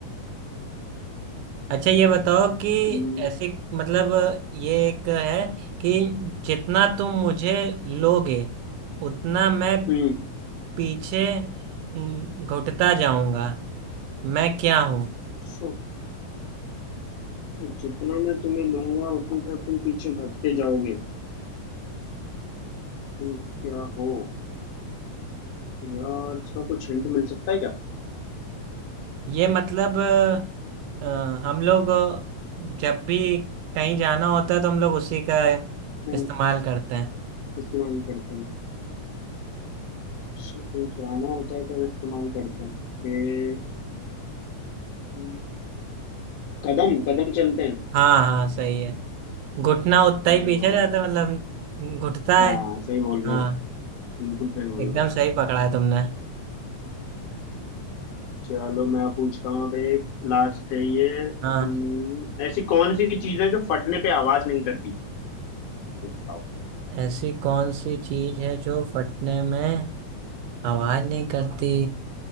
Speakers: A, on the right; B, on the left.
A: अच्छा ये बताओ कि
B: हम्म
A: ऐसे मतलब ये एक है कि जितना तुम मुझे लोगे उतना मैं
B: हम्म,
A: पीछे हम्म, घुटता जाऊंगा मैं क्या हूँ
B: सो- जितना मैं तुम्हें लूंगा उतना तुम पीछे घटते जाओगे तुम क्या हो यार इसका कुछ हिंट मिल सकता है क्या
A: ये मतलब अ, हम लोग जब भी कहीं जाना होता है तो हम लोग उसी का
B: हम्म,
A: इस्तेमाल करते हैं
B: इस्तेमाल करते हैं अच्छा, कहीं जाना होता है तब इस्तेमाल करते हैं फिर हम्म, कदम कदम चलते हैं
A: हाँ हाँ सही है घुटना उतना
B: अरे
A: ही पीछे
B: वाह
A: जाता
B: यार।
A: है मतलब घुटता है
B: हाँ सही बोल रहे
A: हाँ
B: हो बिल्कुल सही बोल
A: एकदम
B: रहे हो
A: सही पकड़ा है तुमने
B: चलो मैं पूछता हूँ अब एक लास्ट है ये
A: हाँ
B: अपन ऐसी कौन सी चीज है जो फटने पे आवाज नहीं करती ये बताओ
A: ऐसी कौन सी चीज है जो फटने में आवाज नहीं करती